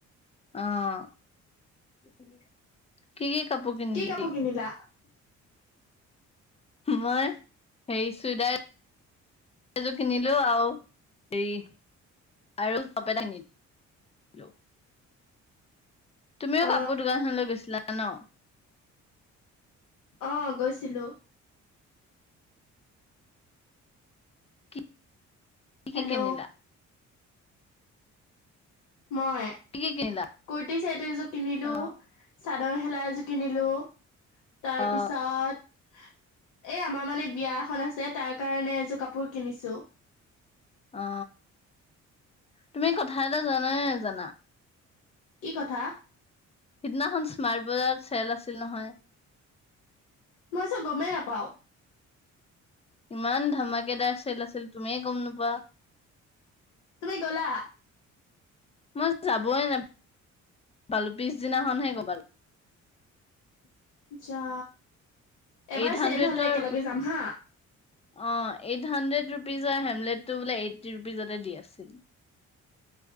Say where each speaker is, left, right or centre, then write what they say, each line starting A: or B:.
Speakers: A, on the left; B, on the left.
A: আহ কি কি কাপোৰ কিনিলি
B: কি কাপোৰ কিনিলা
A: মই হেৰি চুইদাৰ এযোৰ কিনিলো আৰু হেৰি আৰু টপ এটা কিনিলো। তুমিও
B: অ
A: কাপোৰ দোকানখনলৈ গৈছিলা। ন
B: অ গৈছিলো
A: কি কি
B: হেল্ল'
A: কিনিলা
B: মই
A: কি কি কিনিলা
B: কুট টিচাত এযোৰ কিনিলো,
A: অ
B: চা নহেলা এযো কিনিলো। তাৰ
A: অ
B: পিছত এ আমাৰ মানে বিয়া এখন আছে তাৰ কাৰণে এযোৰ কাপোৰ কিনিছো
A: অ তুমি কথা এটা জানানে নাজানা?
B: কি কথা
A: সিদিনাখন স্মাৰ্ট বজাৰ চেল আছিল নহয়।
B: মই চু গমেই নাপাওঁ
A: ইমান ধমাকেদাৰ চেল আছিল তুমি গম নোপোৱা।
B: তুমি গ'লা?
A: মই যাবই নাপালো, পিছ দিনাখনহে গৈ পালো
B: <unintelligible> যা এবাৰ
A: এইট হাণ্ড্ৰেডৰ
B: চেল হলে একেলগে যাম হা
A: অ এইট হানড্ৰেড ৰুপিজৰ হেমলেটটো বোলে এইটটি ৰুপিজতে দি আছিল।